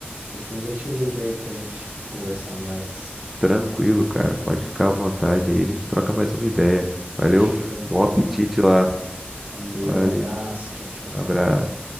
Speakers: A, on the right; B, in the centre.
A: Depois eu te ligo aí pra gente conversar mais.
B: Tranquilo, cara. Pode ficar à vontade aí, a gente troca mais uma ideia. Valeu,
A: Fechou, então.
B: bom apetite lá.
A: Valeu,
B: Valeu,
A: abraço, tchau, tchau.
B: abraço.